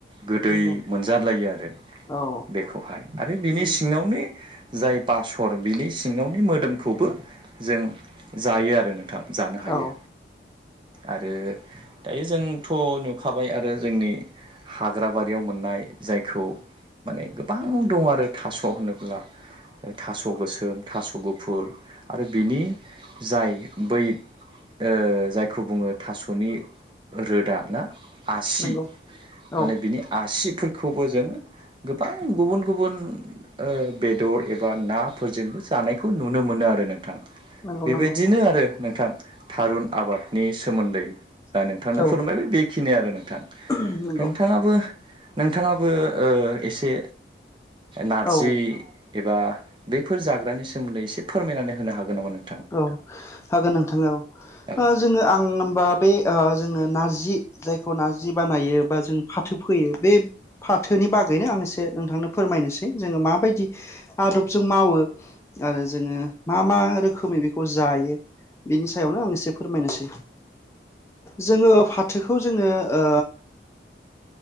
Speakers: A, on the right (about 25°); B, on the left (about 15°).
A: गोदै
B: नंगौ
A: मोनजालायो आरो
B: औ
A: बेखौहाय आरो बिनि
B: नंगौ
A: सिङावनो जाय बासर बिनि सिङावनि मोदोमखौबो जों जायो आरो नोंथां जानो हायो
B: औ
A: आरो दायो जोंथ' नुखाबाय आरो जोंनि हाग्राबारियाव मोननाय जायखौ माने गोबां दं आरो थास' होनोब्ला थास' गोसोम थास' गुफुर आरो बिनि जाय बै ओ जायखौ बुङो थास'नि रोदा ना आसि
B: नंगौ
A: माने
B: औ
A: बिनि आसिफोरखौबो जों गोबां गुबुन गुबुन बेदर एबा नाफोरजोंबो जानायखौ नुनो मोनो आरो नों नथां
B: नंगौ
A: बेबायदिनो
B: नंगौ
A: आरो नोंथां थारुन आबादनि सोमोन्दै जा नोंथांनो
B: औ
A: फोरोंबाय बेखिनि आरो नोंथां।
B: नंगौ
A: नोंथाङाबो नोंथाङाबो ओ एसे नारजि
B: औ
A: एबा बेफोर जाग्रानि सोमोन्दै एसे फोरमायनानै होनो हागोन नामा नों
B: औ हागोन नोंथां
A: औ
B: जोङो आं होमबा बे ओ जोङो नारजि जायखौ नारजि बानायो बा जों फाथो फैयो बे फाथोनि बागैनो आं एसे नोंथांनो फोरमायनोसै जोङो माबायदि आदबजों मावो आरो जोंङो मा मा रो खोमै बेखौ जायो बेनि सायावनो आं एसे फोरमायनोसै जोङो फाथोखौ जोङो ओ